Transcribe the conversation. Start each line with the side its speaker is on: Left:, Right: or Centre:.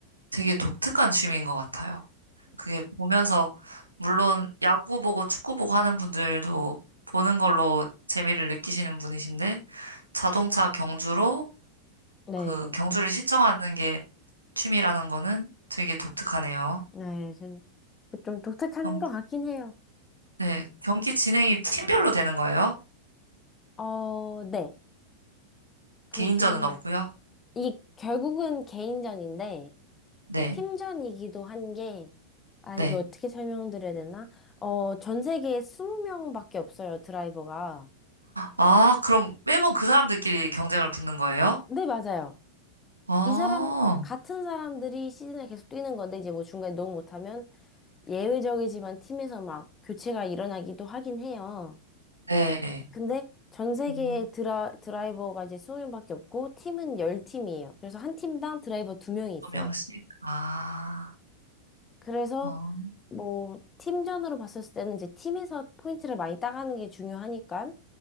Right: 되게 독특한 취미인 것 같아요. 그게 보면서, 물론 야구 보고 축구 보고 하는 분들도 보는 걸로 재미를 느끼시는 분이신데, 자동차 경주로
Left: 네.
Right: 그 경주를 시청하는 게 취미라는 거는 되게 독특하네요.
Left: 네. 좀, 좀 독특한
Right: 경,
Left: 것 같긴 해요.
Right: 네. 경기 진행이 팀별로 되는 거예요?
Left: 어, 네. 그기는
Right: 개인전은 없고요.
Left: 이게 결국은 개인전인데,
Right: 네,
Left: 팀전이기도 한 게, 아,
Right: 네.
Left: 이거 어떻게 설명드려야 되나? 어, 전 세계에 20명밖에 없어요, 드라이버가.
Right: 아, 그럼 매번 그 사람들끼리 경쟁을 붙는 거예요?
Left: 네, 맞아요.
Right: 어,
Left: 이 사람, 같은 사람들이 시즌을 계속 뛰는 건데, 이제 뭐 중간에 너무 못하면 예외적이지만 팀에서 막 교체가 일어나기도 하긴 해요.
Right: 네.
Left: 근데 전 세계에
Right: 음,
Left: 드라, 드라이버가 이제 20명밖에 없고, 팀은 10팀이에요. 그래서 한 팀당 드라이버 2명이 있어요.
Right: 조명식. 아,
Left: 그래서
Right: 어,
Left: 뭐 팀전으로 봤을 때는 이제 팀에서 포인트를 많이 따가는 게 중요하니까